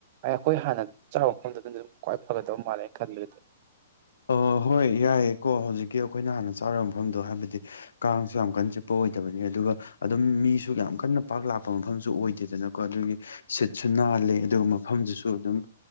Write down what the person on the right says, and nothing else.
ꯑꯩꯈꯣꯏ ꯍꯥꯟꯅ ꯆꯥꯕ ꯃꯐꯝꯗꯨꯗꯝ ꯈ꯭ꯋꯥꯏ ꯐꯒꯗꯧ ꯃꯥꯜꯂꯦꯅ ꯈꯟꯕꯗꯨꯗꯤ